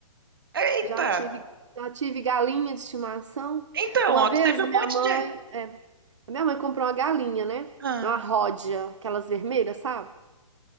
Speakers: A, on the right (about 40°); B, on the right (about 60°).
A: Eita!
B: já tive, já tive galinha de estimação.
A: Então,
B: Uma
A: ó,
B: vez
A: tu teve um
B: a minha
A: monte
B: mãe,
A: de.
B: Minha mãe comprou uma galinha, né?
A: Ah,
B: Uma ródia, aquelas vermelhas, sabe?